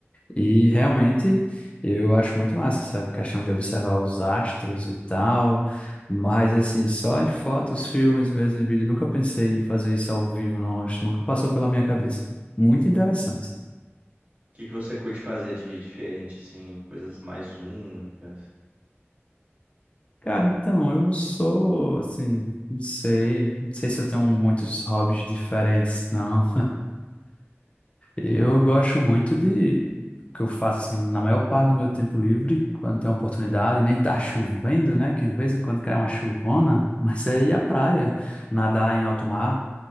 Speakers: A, on the left; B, on the right.
A: E realmente eu acho muito massa essa questão de observar os astros e tal, mas assim, só em fotos, filmes mesmo, em vídeo, nunca pensei em fazer isso ao vivo, não, acho, nunca passou pela minha cabeça. Muito interessante.
B: que que você curte fazer de diferente, assim, coisas mais únicas?
A: Cara, então, eu não sou assim, não sei, não sei se eu tenho muitos hobbies diferentes, não. Eu gosto muito de que eu faço assim na maior parte do meu tempo livre, quando tem a oportunidade, nem tá chovendo, né? Que de vez em quando cai uma chuvona, mas é ir à praia, nadar em alto mar.